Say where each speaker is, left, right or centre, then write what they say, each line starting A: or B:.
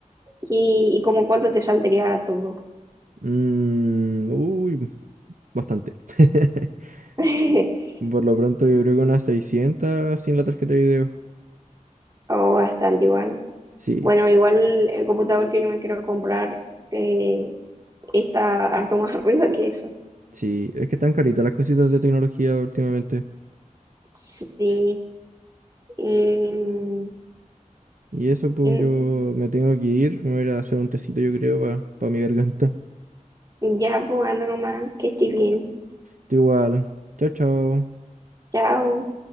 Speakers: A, on the right (about 30°); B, on the right (about 75°).
A: ¿Y, y como cuánto te saldría todo?
B: Mm, uy, bastante. <laughs>
A: <laughs>
B: Por lo pronto yo creo que unas 600 sin la tarjeta de video.
A: O bastante igual.
B: Sí,
A: Bueno, igual el computador que yo me quiero comprar eh, está harto más <laughs> arriba que eso.
B: sí, es que están caritas las cositas de tecnología últimamente.
A: Sí. Y,
B: Y eso, pues
A: y
B: yo me tengo que ir. Me voy a ir a hacer un tecito, yo creo, para mi garganta.
A: ya, pues anda nomás, que estés bien.
B: Tú igual. Chao, chao.
A: Chao.